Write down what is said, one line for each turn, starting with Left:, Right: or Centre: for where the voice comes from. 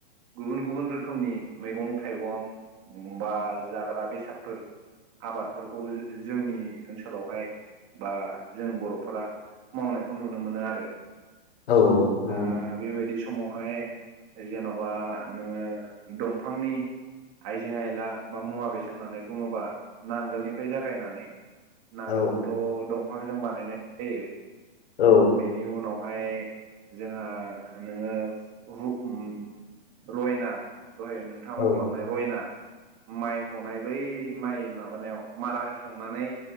Right: गुबुन-गुबुन रोखोमनि मैगं थाइगं बा जाग्रा बेसादफोर। आबादफोरखौ ज जोंनि ओनसोलावहाय बा जों बर'फोरा। मावनायखौ नुनो मोनो आरो।
Left: औ-औ-औ
Right: दा
Left: नोंगौ।
Right: बेबायदि समावहाय जेन'बा। नोङो दंफांनि आइजें आइला बा मुवा बेसें होननानै बुङोबा। नांगोलनिफ्राय जागायनानै नांगोलखौथ'
Left: औ
Right: दंफांजों बानायनाय जायो।
Left: औ
Right: बेनि उनावहाय। जोंहा नोङो रुब उम रयना। दहाय नोंथाङा
Left: औ
Right: मख'लांनाय रयना माइ हनाय बै माइ माबानायाव मारा होखांनानै